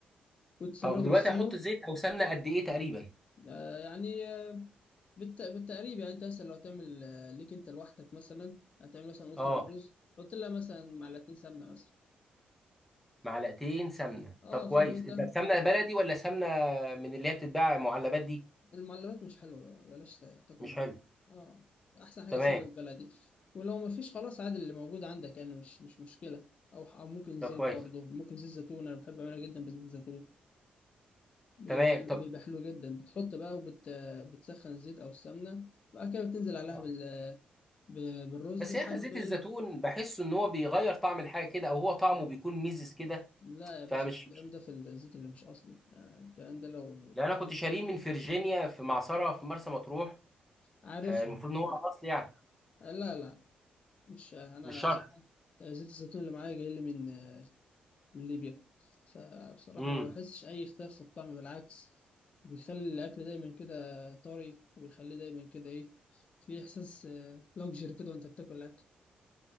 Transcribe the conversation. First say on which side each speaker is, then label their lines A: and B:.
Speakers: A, on the left; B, in the centre.
A: وتستناهم
B: طب دلوقتي
A: يسخنوا
B: هحط زيت او سمنه قد ايه تقريبا
A: آه، يعني آه، بالت... بالتقريب يعني انت مثلا لو تعمل آه، ليك انت لوحدك مثلا هتعمل مثلا قول
B: اه
A: طبق رز حط لها مثلا معلقتين سمنه مثلا
B: معلقتين سمنه
A: اه
B: طب كويس
A: فاهم انت
B: ده سمنه بلدي ولا سمنه من اللي هي بتتباع معلبات دي
A: المعلبات مش حلوه بقى، بلاش تا- تاكل
B: مش
A: منها
B: حلو
A: اه احسن حاجه
B: تمام
A: السمنه البلدي ولو ما فيش خلاص عادي اللي موجود عندك يعني مش مش مشكله او ح- او ممكن زيت
B: طب كويس
A: برضه ممكن زيت زيتون انا بحب اعملها جدا بزيت زيتون بيبقى
B: تمام
A: حلو
B: طب
A: بيبقى حلو جدا بتحط بقى وبت بتسخن الزيت او السمنه بعد كده بتنزل عليها
B: آه.
A: بال ب- بالرز
B: بس
A: لحد
B: يا اخي زيت
A: ما
B: الزيتون
A: ايه
B: بحس ان هو بيغير طعم الحاجه كده او هو طعمه بيكون ميزز كده
A: لا يا باشا
B: فمش
A: ده الكلام
B: مش
A: ده في الزيت اللي مش اصلي يعني الكلام ده لو
B: لان انا كنت شاريه من فيرجينيا في معصره في مرسى مطروح
A: عارفها
B: آه، المفروض ان هو اصل
A: عارف.
B: يعني
A: لا لا مش انا
B: مش شرط
A: زيت الزيتون اللي معايا جاي لي من من ليبيا فبصراحة
B: امم
A: ما بحسش اي اختلاف في الطعم بالعكس بيخلي الاكل دايما كده طري ويخليه دايما كده ايه في احساس لوكجري كده وانت بتاكل الاكل